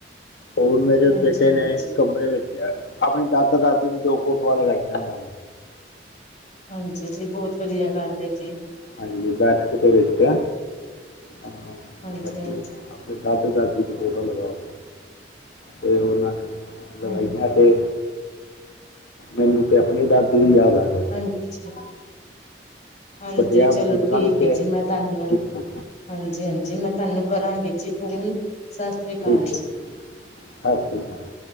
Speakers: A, on the left (about 70°); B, on the left (about 45°).
A: ਹੁਣ ਮੇਰੇ
B: ਹਾਂਜੀ
A: ਬੇਟੇ ਨੇ
B: ਹਾਂਜੀ
A: ਕਮਰੇ ਵਿੱ ਆਪਣੀ ਦਾਦਾ ਦਾਦੀ ਦੀ ਦੋ ਫੋਟੋਆਂ ਲਗਾਈਆਂ ਉਹਨਾਂ ਨੇ।
B: ਹਾਂਜੀ ਜੀ ਬੋਤ ਵਦੀਆ ਗਾੱਲ ਏ ਜੀ।
A: ਹਾਂਜੀ ਬੈਠਕ ਦੇ ਵਿੱਚ ਐ, ਅਪਨਾ
B: ਹਾਂਜੀ
A: <unintelligible>
B: ਹਾਂਜੀ
A: ਦਾਦੇ-ਦਾਦੀ ਦੀ ਫੋਟੋ ਲਗਾਓ, ਤੇ ਓਨਾਂ ਨੇ
B: ਹਾਂਜੀ
A: ਲਗਾਈ ਹੈ ਤੇ, ਮੈਨੂੰ ਤੇ ਅਪਨੀ ਦਾਦੀ ਦੀ ਯਾਦ ਆ ਗਈ।
B: ਹਾਂਜੀ ਹਾਂਜੀ
A: ਵੱਡਿਆਂ
B: ਚਲੋ
A: ਬਜ਼ੁਰਗਾਂ
B: ਠੀਕ
A: ਨੂੰ ਤੇ
B: ਹੈ ਜੀ ਮੈਂ ਤੁਹਾਨੂੰ।
A: ਠੀਕ ਹੈ
B: ਹਾਂਜੀ ਹਾਂਜੀ ਮੈਂ ਤੁਹਾਨੂੰ ਕਰਾਂਗੀ ਜੀ ਫੋਨ ਸਤਿ ਸ੍ਰੀ ਅਕਾਲ
A: ਠੀਕ
B: ਜੀ।
A: ਹੈ ਸਤਿ ਸ਼੍ਰੀ ਅਕਾਲ ਜੀ।